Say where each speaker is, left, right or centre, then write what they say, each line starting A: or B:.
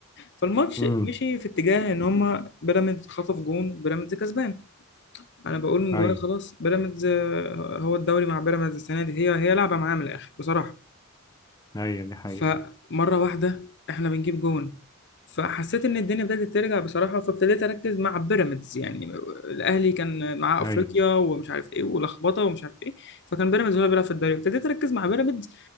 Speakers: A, on the left; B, on the left.
A: فالماتش
B: اي
A: مشي في اتجاه ان هما بيراميدز خطف جون بيراميدز كسبان انا بقول من
B: اي
A: جوايا خلاص بيراميدز آه، هو الدوري مع بيراميدز السنه دي هي هي لعبه معاه من الاخر بصراحه
B: اي دي حقيقة
A: فمره واحده احنا بنجيب جون فحسيت ان الدنيا بدات ترجع بصراحه فابتديت اركز مع بيراميدز يعني الاهلي كان معاه افريقيا
B: اي
A: ومش عارف ايه ولخبطه ومش عارف ايه فكان بيراميدز هو اللي بيلعب في الدوري ابتديت اركز مع بيراميدز